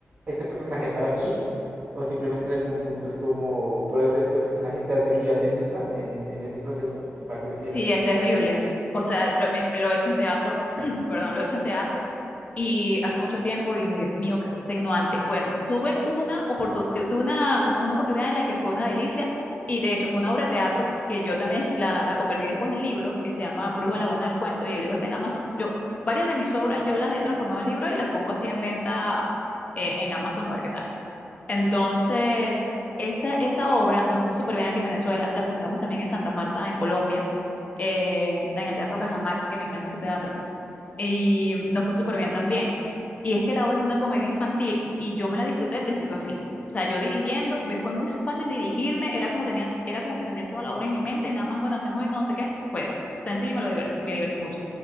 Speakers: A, on the right (about 45°); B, on the left (about 35°).
A: este personaje para mí? ¿O simplemente en algún punto es como, ¿puedo ser este personaje? ¿Te has dirigido a ti misma en, en ese proceso? Que me da curiosidad.
B: Sí, es terrible. O sea, lo, me- me lo he hecho en teatro, <clears throat> perdón, lo he hecho en teatro Y hace mucho tiempo y dije, Dios mío, qué extenuante. Bueno, tuve una, oportu- tu- tuve una, un- una oportunidad en la que fue una delicia y de hecho fue una obra de teatro que yo también escri- la, la convertí después en libro y se llama Bruja la Buena del Cuento y el libro está en Amazon. Yo, varias de mis obras yo las he transformado en libro y las pongo así en venta eh, en Amazon a ver qué tal. Entonces, esa, esa obra nos fue súper bien aquí en Venezuela. La presentamos también en Santa Marta, en Colombia, eh, en el Teatro Cajamarca, que me encanta ese teatro y nos fue súper bien también. Y es que la obra es una comedia infantil y yo me la disfruté de principio a fin. O sea, yo dirigiendo, me fue muy fácil dirigirme, era como tenía, era como que tener toda la obra en mi mente y nada más, bueno, hacemos esto, no sé qué. Fue sencillo y me lo diver- me divertí mucho.